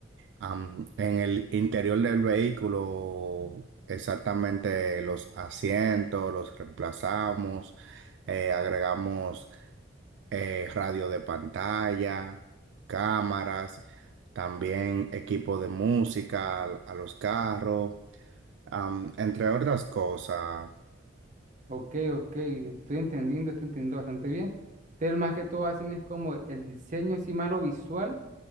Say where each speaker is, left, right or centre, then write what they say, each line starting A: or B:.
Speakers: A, on the right; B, on the right.
A: Am, en el interior del vehículo, exactamente los asientos, los reemplazamos, eh, agregamos eh, radio de pantalla, cámaras, también equipo de música al- a, los carros, am, entre otras cosas.
B: Ok, ok, estoy entendiendo, estoy entendiendo bastante bien. Pero más que todo hacen es como el diseño, sí, más lo visual